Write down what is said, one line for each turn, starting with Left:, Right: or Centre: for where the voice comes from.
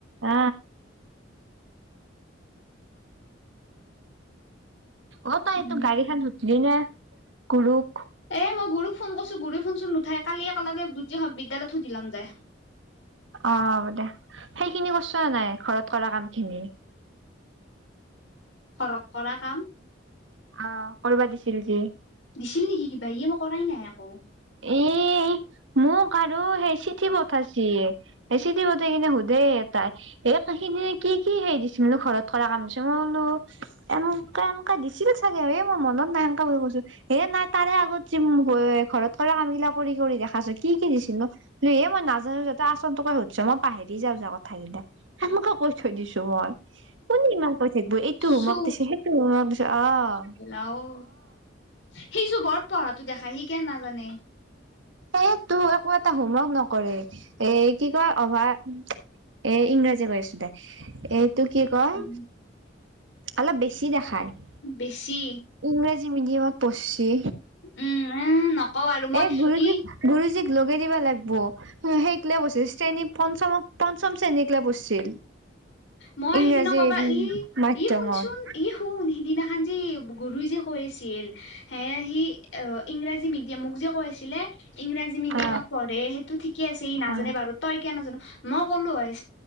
Right: আ। অ তই
Left: উম
Right: এইটো গাড়ীখন সুধলিনে গুৰুক?
Left: এ মই গুৰুক ফোন কৰিছো গুৰুয়ে ফোন-চোন নুঠাই কালি একেলগে দুটাই বিদ্যালয়ত সুধি লম দে।
Right: অ হ'ব দে। সেইখিনি কৰিছ নে নাই ঘৰত কৰা কামখিনি?
Left: ঘৰত কৰা কাম?
Right: অ কৰিবা দিছিল যে?
Left: দিছিল নিকি কিবা? ইয়ে মই কৰাই নাই একো।
Right: এই মোক আৰু সেই চিঠি পঠাইছে। এ চিঠি পঠাই কিনে সুধে এটাই এই সিদিনা কি কি হেৰি দিছিলনো ঘৰত কৰা কাম দিছে মই বোলো এনেকে কে দিছিল চাগে এই মই মনত নাই এনকে বুলি কৈছো হে নাই তাৰে আগত যে ঘৰত কৰা কামবিলাক কৰি কৰি দেখাইছ কি কি দিছিল নো? এই মই নাজানো যাতে আচলতোকে সুধিছ মই পাহেৰি যাওঁ কথাকেইটা। সেনেকে কৈ থৈ দিছো মই। কোনে ইমান কৈ থাকিব এইটো হোমৱৰ্ক
Left: চু
Right: দিছে সেইটো হোমৱৰ্ক দিছে আহ।
Left: আৰু সিচোন বৰ পঢ়াটো দেখাই সি কিয় নাজানে?
Right: এ তোৰ একো এটা হোমৱৰ্ক নকৰে এ কি কয় অভাৰ এ ইংৰাজী <unintelligible> এইটো কি কয়
Left: উম
Right: অলপ বেছি দেখাই।
Left: বেছি।
Right: ইংৰাজী মিডিয়ামত পঢ়িছে
Left: উম এ নকওঁ আৰু মই
Right: এই গৰুজিত
Left: ই
Right: গুৰুজীক লগাই দিব লাগিব। সেইকিলে বছিল শ্ৰেণী পঞ্চমক পঞ্চম শ্ৰেণীক লৈ বিছিল
Left: মই
Right: ইংৰাজী
Left: সিদিনা কবা ই
Right: মাধ্যমত।
Left: ই শুনচোন ই শুন সিদিনাখন যে গুৰু যে কৈছিল সে সি অ, ইংৰাজী মিডিয়াম মোক যে কৈ আছিলে ইংৰাজী মিডিয়ামত
Right: অ
Left: পঢ়ে সেইটো ঠিকে আছে ই নাজানে
Right: অ
Left: বাৰু, তই কে নাজানো মই ক'লো হয়